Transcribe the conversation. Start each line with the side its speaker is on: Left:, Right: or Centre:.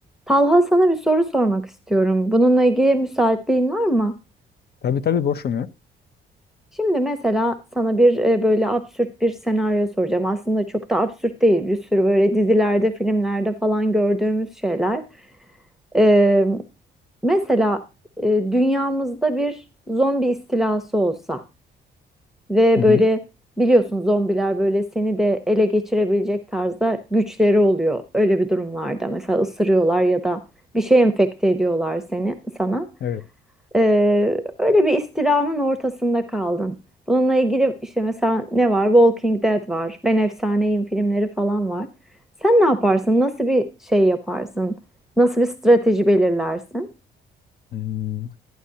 Centre: Talha sana bir soru sormak istiyorum. Bununla ilgili müsaitliğin var mı?
Left: Tabii tabii boşum ya.
Centre: Şimdi mesela sana bir e, böyle absürt bir senaryo soracağım. Aslında çok da absürt değil. Bir sürü böyle dizilerde, filmlerde falan gördüğümüz şeyler. Ee, mesela e, dünyamızda bir zombi istilası olsa ve
Left: Hı hı.
Centre: böyle biliyorsun zombiler böyle seni de ele geçirebilecek tarzda güçleri oluyor. Öyle bir durumlarda mesela ısırıyorlar ya da bir şey enfekte ediyorlar seni sana.
Left: Evet.
Centre: Ee, öyle bir istilanın ortasında kaldın. Bununla ilgili işte mesela ne var? Walking Dead var. Ben Efsaneyim filmleri falan var. Sen ne yaparsın? Nasıl bir şey yaparsın? Nasıl bir strateji belirlersin?
Left: Hmm.